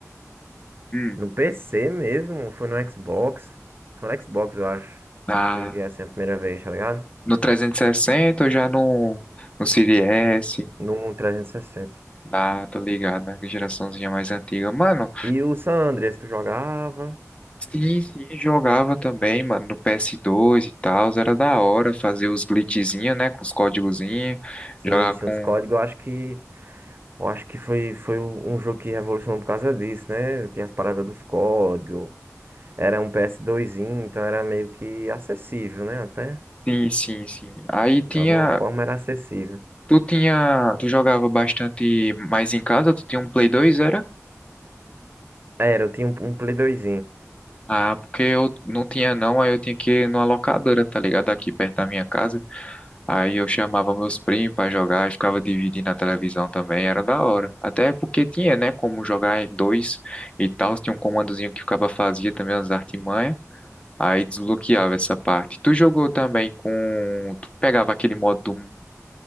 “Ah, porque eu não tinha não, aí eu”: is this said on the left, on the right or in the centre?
Left